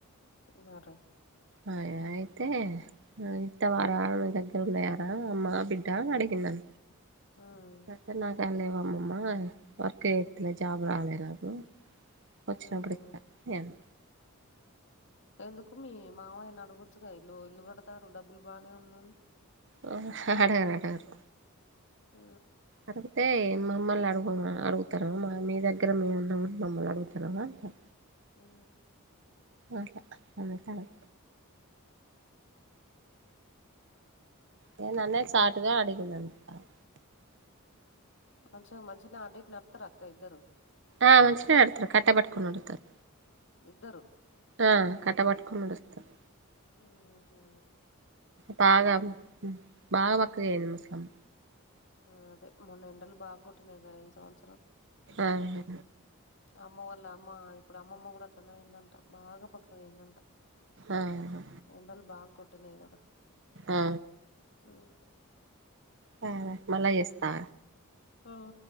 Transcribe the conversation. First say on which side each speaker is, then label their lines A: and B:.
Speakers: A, on the left; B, on the right.
A: ఉన్నారు.
B: ఆ అయితే ఆ ఇత్తవారా నీ దగ్గర ఉన్నయారా అమ్మ బిడ్డ అడిగిందం
A: హ్మ్
B: అయితే నాతానా లేవు అమ్మమ్మ వర్క్ చేత్తలే జాబ్ రాలే నాకు. వచ్చినప్పుడు
A: హ్మ్
B: ఇత్త నేఅన్
A: ఎందుకు మీ మామయ్యని అడగొచ్చుగా ఇల్లు ఇల్లు కడతారు డబ్బులు బానే ఉన్నయి.
B: ఆహా అడగరు అడగరు.
A: ఆ
B: అడుగుతే మమ్మల్ని అడుగు అడుగుతరు, మా మీ దగ్గర మేము ఉన్నమని మమ్మల్ని అడుగుతన్నవా అంటరు.
A: హ్.
B: అహా అందుకనే ఇగ నాన్నే చాటుగా అడిగిం <inaudible>
A: కొంచెం మంచిగనే అటు ఇటు నడుత్తరా అక్క ఇద్దరు.
B: ఆ మంచిగనే నడతరు కట్టా పట్కొని నడుత్తరు.
A: ఇద్దరు?
B: ఆ కట్ట పట్టుకొని నడుస్తరు.
A: ఆహా
B: బాగా బాగా బక్కగా అయింది ముసలమ్మ.
A: ఆ అదే మొన్నెండలు బాగ కొట్టినయి కదా ఈ సంవత్సరం.
B: ఆహా.
A: అమ్మ వాళ్ళ అమ్మ ఇప్పుడు అమ్మమ్మ కూడా అట్లనే అయిందంటా బాగా బక్కగా అయిందంట.
B: ఆహా.
A: ఏండల బాగ కొట్టనయి కదా.
B: ఆ.
A: <unintelligible> కే.
B: తలా మళ్ళా చేస్తా
A: ఆ